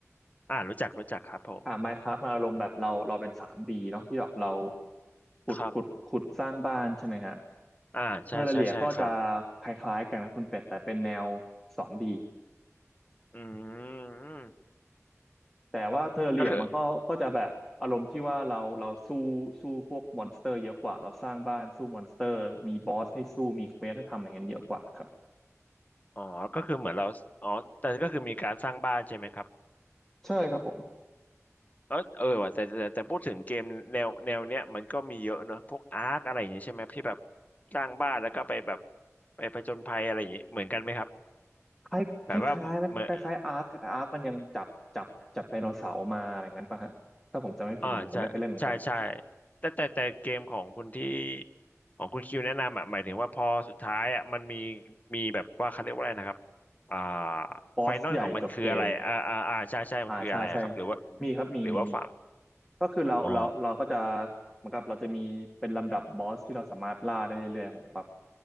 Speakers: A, on the left (about 30°); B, in the centre.
A: อ่ารู้จักรู้จักครับผม
B: อ่า Minecraft มาอารมณ์แบบเราเราเป็น 3D เนาะที่แบบเราขุดขุดขุดสร้างบ้านใช่ไหมฮะ
A: ครับอ่าใช่ใช่ใช่ครับ
B: Terraria ก็จะคล้ายๆกันนะคุณเป็ดแต่เป็นแนว2ี
A: อืม
B: แต่ว่า Terraria
A: ก็คือ
B: มันก็ก็จะแบบอารมณ์ที่ว่าเราเราสู้สู้พวกมอนสเตอร์เยอะกว่าเราสร้างบ้านสู้มอนสเตอร์มีบอสให้สู้มีเควสให้ทำอะไรเงี้ยเยอะกว่าครับ
A: อ๋อก็คือเหมือนเราอ๋อแต่ก็คือมีการสร้างบ้านใช่ไหมครับ
B: ใช่ครับผม
A: แล้วเออว่ะแต่แต่แต่แต่พูดถึงเกมแนวแนวเนี้ยมันก็มีเยอะเนอะพวกอาร์คอะไรอย่างเงี้ยใช่ไหมที่แบบสร้างบ้านแล้วก็ไปแบบไปผจญภัยอะไรอย่างเงี้ยเหมือนกันไหมครับ
B: คล้ายคล้ายคล้ายๆนะคล้ายคล้ายอาร์คแต่อาร์คมันยังจับจับจับไดโนเสาร์มาอะไรงั้นป่ะฮะถ้าผมจำไม่ผิดผมผมไม่เคยเล่นเหมือนกัน
A: แบบว่าเหมือนอ่าใช่ใช่ใช่แต่แต่แต่เกมของคุณที่ของคุณคิวแนะนำอ่ะหมายถึงว่าพอสุดท้ายอ่ะมันมีมีแบบว่าเขาเรียกว่าอะไรนะครับอ่า
B: บอสใหญ่จบเกม
A: ไฟนอลของมันคืออะไรอ่าอ่าอ่าใช่ใช่มันคืออะไรอะครับหรือว่า
B: อ่าใช่ใช่มีครับมีมีมี
A: หรือว่าฟาร์ม
B: ก็คือเราเราเราก็จะ
A: อ๋อ
B: เหมือนกับเราจะมีเป็นลำดับบอสที่เราสามารถล่าได้เรื่อยๆผมแบบ